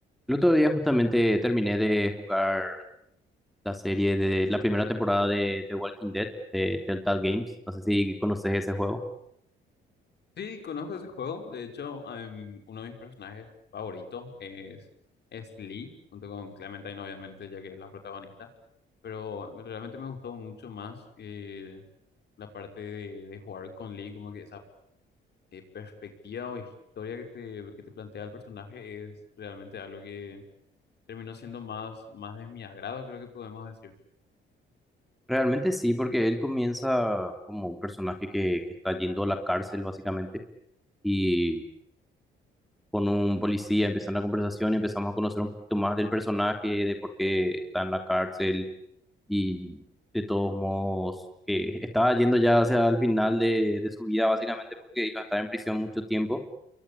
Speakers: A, in the centre; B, on the left.
A: El otro día justamente terminé de jugar la serie de la primera temporada de, de Walking Dead de Telltale Games. No sé si conoces ese juego.
B: Sí, conozco ese juego. De hecho, em, uno de mis personajes favoritos es, es Lee, junto con Clementine, obviamente, ya que es la protagonista. Pero realmente me gustó mucho más eh, la parte de, de jugar con Lee, como que esa eh, perspectiva o historia que te, que te plantea el personaje es realmente algo que terminó siendo más, más de mi agrado, creo que podemos decir.
A: Realmente sí, porque él comienza como un personaje que, que está yendo a la cárcel básicamente y con un policía empieza una conversación y empezamos a conocer un poquito más del personaje, de por qué está en la cárcel y de todos modos que estaba yendo ya hacia el final de, de su vida básicamente porque iba a estar en prisión mucho tiempo